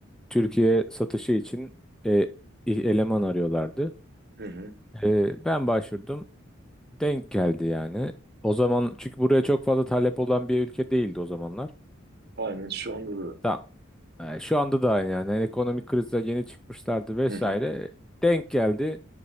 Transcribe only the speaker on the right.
hı hı.
Aynen şu anda da.
Hı hı.